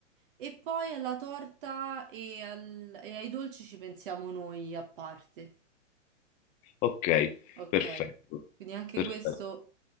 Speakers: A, on the right; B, on the left.
A: e poi alla torta e, al- e ai dolci ci pensiamo noi a parte.
B: Ok,
A: Ok?
B: perfetto,
A: Quindi anche
B: perfetto,
A: questo